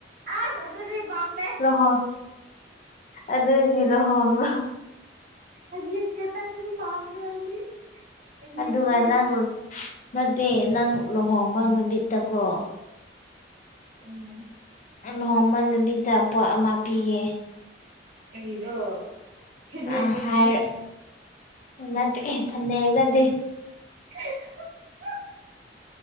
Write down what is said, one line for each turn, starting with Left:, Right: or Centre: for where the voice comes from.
Right: ꯑꯁ ꯑꯗꯨꯗꯤ ꯄꯥꯝꯗꯦ
Left: ꯂꯨꯍꯣꯡ ꯑꯗꯨꯒꯤ ꯂꯨꯍꯣꯡꯂꯣ
Right: ꯍꯒꯤꯁ ꯈꯛꯇꯪꯗꯤ ꯄꯥꯝꯗꯦ ꯑꯩꯗꯤ ꯍꯒꯤꯁꯇꯤ
Left: ꯑꯗꯨꯒ ꯅꯪ ꯅꯠꯇꯦ ꯅꯪ ꯂꯨꯍꯣꯡꯕ ꯅꯨꯃꯤꯠꯇꯀꯣ
Right: ꯎꯝ
Left: ꯂꯨꯍꯣꯡꯕ ꯅꯨꯃꯤꯠꯗ ꯄꯣꯠ ꯑꯃ ꯄꯤꯒꯦ
Right: ꯀꯔꯤꯔꯣ ꯐꯤꯅꯦꯠ
Left: ꯑ
Right: ꯀꯨꯝꯕꯗꯤ
Left: ꯍꯥꯏꯔ ꯅꯠꯇꯦ ꯑꯦ ꯐꯅꯦꯛ ꯅꯠꯇꯦ
Right: <unintelligible>